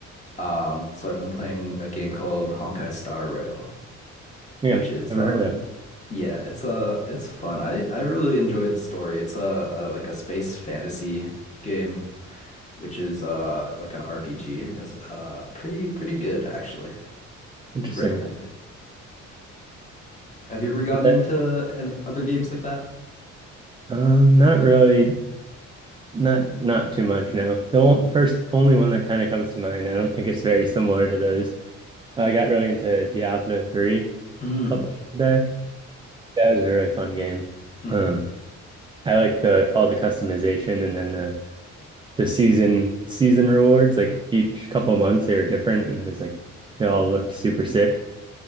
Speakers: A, on the left; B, on the right.
A: Um so I've been playing a game called Honkai Star Rail,
B: Yeah.
A: which is
B: Never
A: um
B: heard of that one.
A: yeah, it's uh it's fun. I I really enjoy the story. It's a, a like a space fantasy game, which is uh like an RPG. It's uh pretty pretty good actually.
B: Interesting.
A: Would recommend it. Have you ever gotten
B: But,
A: into an, other games like that?
B: um, not really not not too much, no. The o-
A: hmm
B: first only one that kind of comes to mind. I don't think it's very similar to those. I got really into Diablo 3
A: Mm-hmm.
B: a couple years back. That was a really fun game.
A: Mm-hmm.
B: Um, I like the all the customization and then the the season season rewards. Like each couple of months they were different, and then it's like they all looked super sick.